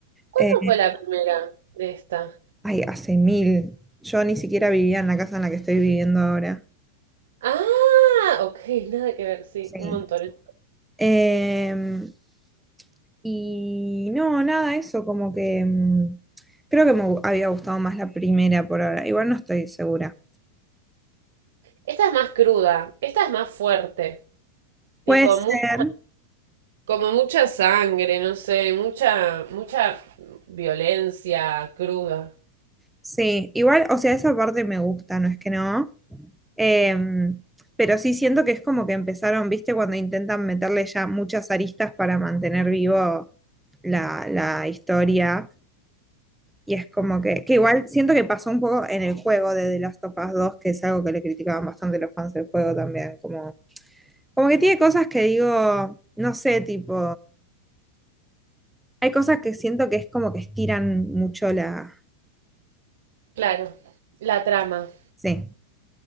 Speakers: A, on the right; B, in the centre.
A: ¿Cuándo
B: Eh,
A: fue la primera de esta?
B: ay, hace mil. Yo ni siquiera vivía en la casa en la que estoy viviendo ahora.
A: Ah, ok, nada que ver, sí,
B: Sí.
A: un montón.
B: Em, y no, nada, eso, como que mm, creo que me gu- había gustado más la primera por ahora. Igual no estoy segura.
A: Esta es más cruda, esta es más fuerte. Tipo,
B: Puede ser,
A: mucha, como mucha sangre, no sé, mucha, mucha violencia cruda.
B: sí. Igual, o sea, esa parte me gusta, no es que no. Eh, pero sí siento que es como que empezaron, viste, cuando intentan meterle ya muchas aristas para mantener vivo la, la historia. Y es como que, que igual siento que pasó un poco en el juego de The Last of Us dos que es algo que le criticaban bastante los fans del juego también. Como, como que tiene cosas que digo, no sé, tipo, hay cosas que siento que es como que estiran mucho la...
A: Claro, la trama.
B: Sí.